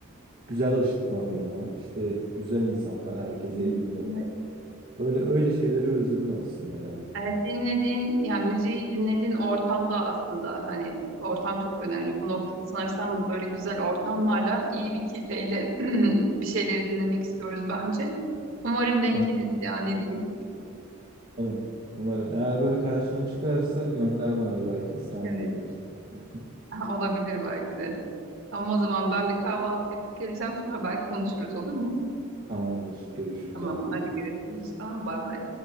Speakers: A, on the right; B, on the right.
A: Güzel ışıklandırma, işte güzel insanlar, herkes
B: Hı
A: eğleniyor
B: hı. Evet.
A: falan. Öyle öyle şeyleri özledim aslında ya.
B: Evet, dinlediğin yani müziği dinlediğin ortamda aslında hani ortam çok önemli. Bu noktada sanırsam böyle güzel ortamlarla iyi bir kitleyle <clears throat> bir şeyleri dinlemek istiyoruz bence. Umarım denk
A: Ha,
B: geliriz ya ne diyeyim.
A: Umarım. Umarım. Eğer böyle karşına çıkarsa gönder bana da belki İstanbul'a
B: Evet.
A: gideriz. <laughs>
B: <laughs> olabilir belki de. Ama o zaman ben bir kahvaltı yapıp geleceğim sonra belki konuşuruz olur mu?
A: Tamamdır. Görüşürüz.
B: Tamam.
A: Afiyet
B: Hadi
A: olsun.
B: görüşürüz. Sağ ol. Bay bay.